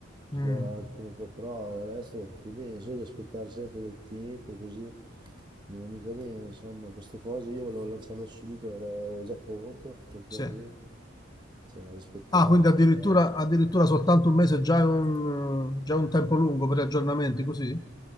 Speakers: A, on the right (about 25°); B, on the left (about 20°).
A: perché
B: Mm,
A: erano alcune cose, però il resto va tutto bene, solo che aspettare sempre del tempo così, non va mica bene, insomma, queste cose, io volevo lanciarlo subito, ero già pronto praticamente.
B: sì.
A: Cioè, aspettare,
B: Ah, quindi
A: aspettare.
B: addirittura, addirittura soltanto un mese è già un, già un tempo lungo per gli aggiornamenti, così?